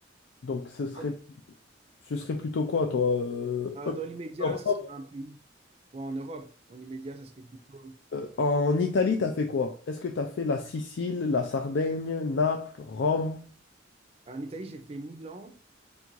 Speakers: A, on the left; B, on the right.
A: Donc, ce serait,
B: Dans,
A: ce serait plutôt quoi, toi? euh,
B: euh, dans l'immédiat,
A: Europe
B: ce serait un pays. Ouais, en Europe, dans l'immédiat, ça serait plutôt.
A: Euh, en Italie, t'as fait quoi? Est-ce que t'as fait la Sicile, la Sardaigne, Naples, Rome?
B: En Italie, j'ai fait Milan